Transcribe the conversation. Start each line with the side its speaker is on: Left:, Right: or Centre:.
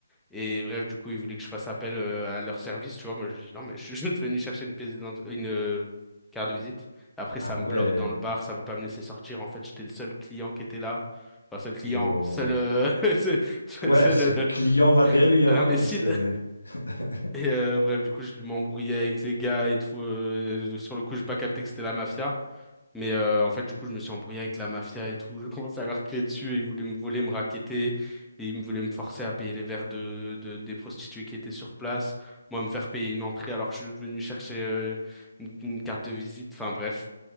Centre: Et bref, du coup, ils voulaient que je fasse appel euh, à leur service, tu vois. Moi, je dis non, mais je <laughs> suis juste venu chercher une pièce d'identi- une euh, carte de visite. Après,
Left: Ah
Centre: ça me
Left: ouais,
Centre: bloque dans le bar, ça veut pas me laisser sortir. En fait, j'étais le seul client qui était là. Enfin, seul client,
Left: wow.
Centre: seul, euh, <laughs> seul, seul,
Left: Ouais,
Centre: seul,
Left: ce client
Centre: euh,
Left: malgré lui,
Centre: seul
Left: hein,
Centre: imbécile
Left: c'est... <laughs>
Centre: et euh, bref, du coup, je m'embrouillais avec les gars et tout. euh, sur le coup, j'ai pas capté que c'était la mafia. Mais euh, en fait, du coup, je me suis embrouillé avec la mafia et tout. Je commençais à leur crier dessus et ils voulaient me voler, me racketter. Et ils me voulaient me forcer à payer les verres de, de- des prostituées qui étaient sur place. Moi, me faire payer une entrée alors que je suis venu chercher euh, une, une carte de visite. Enfin, bref.